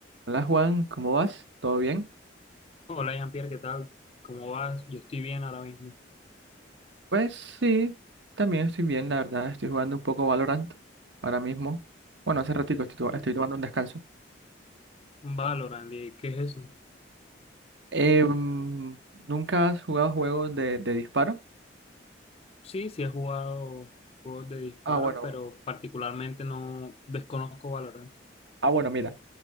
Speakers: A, on the right (about 70°); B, on the left (about 30°).
A: Hola Juan, ¿cómo vas? ¿Todo bien?
B: Hola Jean-Pierre, ¿qué tal? ¿Cómo vas? Yo estoy bien ahora mismo.
A: Pues sí, también estoy bien, la verdad, estoy jugando un poco Valorant ahora mismo. Bueno, hace ratito estoy, to-
B: Mm,
A: estoy tomando un descanso.
B: Valorant, ¿y ¿qué es eso?
A: Eh, mm, ¿nunca has jugado juegos de, de disparo?
B: Sí, sí he jugado juegos de disparos,
A: Ah, bueno,
B: pero
A: bueno.
B: particularmente no desconozco Valorant.
A: Ah, bueno, mira.